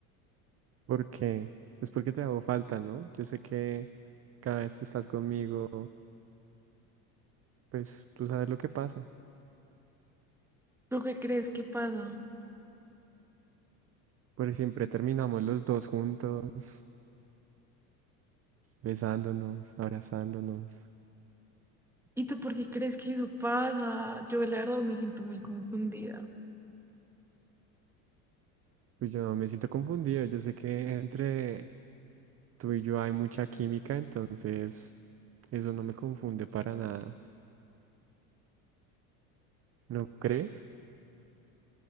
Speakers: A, on the right; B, in the centre.
A: ¿Por qué? Es porque te hago falta, ¿no? Yo sé que cada vez que estás conmigo, pues tú sabes lo que pasa.
B: ¿Tú qué crees que pasa?
A: Porque siempre terminamos los dos juntos, besándonos, abrazándonos.
B: ¿Y tú por qué crees que eso pasa? Yo, la verdad, me siento muy confundida.
A: Pues yo me siento confundido. Yo sé que entre tú y yo hay mucha química, entonces eso no me confunde para nada. ¿No crees?